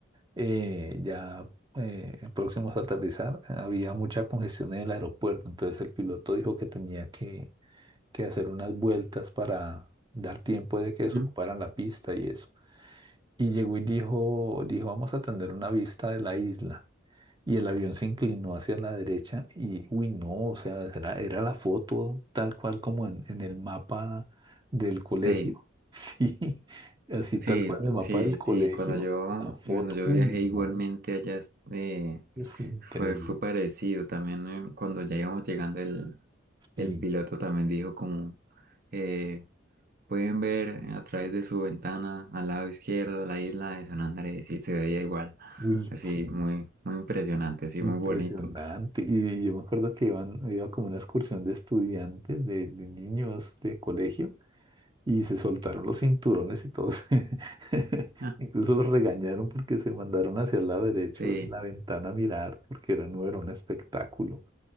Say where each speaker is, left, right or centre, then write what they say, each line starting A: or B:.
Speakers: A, on the right; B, on the right.
A: eh, ya eh, próximos a aterrizar, había mucha congestión en el aeropuerto, entonces el piloto dijo que tenía que, que hacer unas vueltas para dar tiempo de que
B: Ujú.
A: desocuparan la pista y eso. Y llegó y dijo, dijo, vamos a tener una vista de la isla. Y el avión se inclinó hacia la derecha y, uy, no, o sea, era, era la foto tal cual como en, en el mapa del colegio.
B: Sí.
A: <laughs> Sí, así tal
B: Sí,
A: cual en el
B: sí,
A: mapa del colegio,
B: sí, cuando yo,
A: la foto.
B: cuando yo
A: Uy,
B: viajé igualmente
A: no.
B: allá eh,
A: Uf, increíble.
B: fue, fue parecido. También eh, cuando ya íbamos llegando el,
A: Sí.
B: el piloto también dijo como eh, pueden ver a través de su ventana al lado izquierdo la isla de San Andrés y se veía igual.
A: Uy,
B: Así
A: sí.
B: muy, muy impresionante, sí,
A: Impresionante.
B: muy bonito.
A: Y, y yo me acuerdo que iban, iba como una excursión de estudiantes, de, de niños de colegio, y se soltaron los cinturones y todos. <laughs>
B: Ah,
A: Incluso los regañaron porque se mandaron hacia el lado derecho
B: sí,
A: de la ventana a mirar, porque era, no era un espectáculo.